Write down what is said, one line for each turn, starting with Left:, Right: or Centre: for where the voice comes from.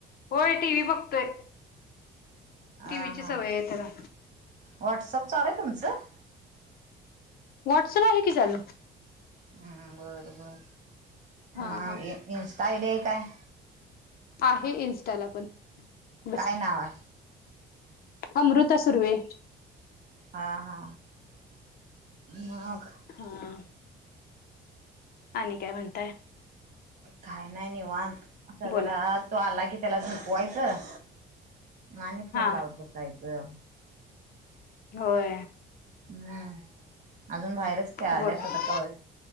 Left: होय टी व्ही बघतोय टीव्हीची
Right: आ हा
Left: सवय आहे त्याला
Right: व्हॉट्सअप चालूय तुमचं
Left: वाॉट्सप आहे कीचाल
Right: हम् बर बर
Left: हा
Right: मग
Left: हा
Right: इंस्टा आयडिया आहे काय
Left: आहे इन्स्टाला पण बस
Right: काय नाव आहे
Left: अमृता सुुर्वे
Right: हा हा मग
Left: हा आणि काय म्हणताय
Right: काही नाही निवान आता
Left: बोला
Right: जरा तो आला कि त्याला झुपवायचं मानी फोन
Left: हा
Right: लावत कसायचं
Left: होय
Right: हम्म अजून बाहेरच खेळाल्यात
Left: बोला
Right: आता कावरय